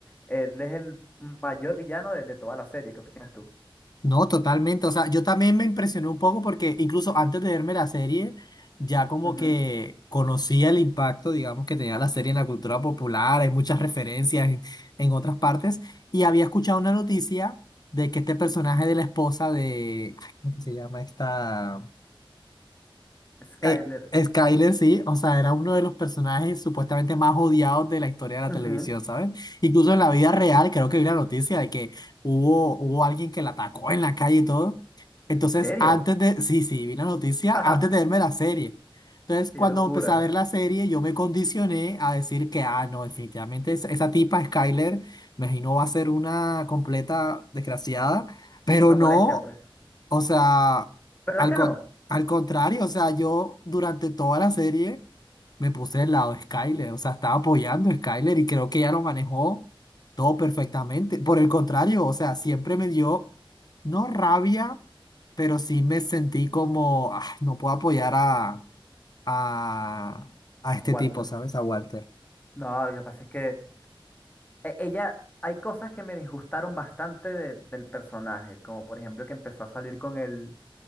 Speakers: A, on the left; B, on the left.
A: él es el mayor villano de, de toda la serie. ¿Qué opinas tú?
B: No, totalmente. O sea, yo también me impresioné un poco porque incluso antes de verme la serie, ya como
A: Ujú.
B: que conocía el impacto, digamos, que tenía la serie en la cultura popular. Hay muchas referencias en, en otras partes. Y había escuchado una noticia de que este personaje de la esposa de, ay, ¿cómo que se llama esta?
A: Skyler.
B: Eh, Skyler sí, o sea, era uno de los personajes supuestamente más odiados de la historia de la
A: Ujú.
B: televisión, ¿sabes? Incluso en la vida real,
A: Sí.
B: creo que vi la noticia de que hubo, hubo alguien que la atacó en la calle y todo. Entonces,
A: ¿En serio?
B: antes de, sí, sí, vi la noticia
A: <laughs>
B: antes de verme la serie. Entonces, cuando
A: ¡Qué locura!
B: empecé a ver la serie, yo me condicioné a decir que, ah, no, definitivamente esa, esa tipa, Skyler, me imagino va a ser una completa desgraciada, pero
A: Una
B: no,
A: molestia, pues.
B: o sea...
A: ¿Verdad
B: Al,
A: que
B: con-
A: no?
B: al contrario, o sea, yo durante toda la serie me puse del lado de Skyler, o sea, estaba apoyando a Skyler y creo que ella lo manejó todo perfectamente. Por el contrario, o sea, siempre me dio, no rabia, pero sí me sentí como, "Ah, no puedo apoyar a, a, a este
A: A Walter.
B: tipo, ¿sabes? A Walter.
A: No, lo que pasa es que e- Ella, hay cosas que me disgustaron bastante de- del personaje, como por ejemplo que empezó a salir con él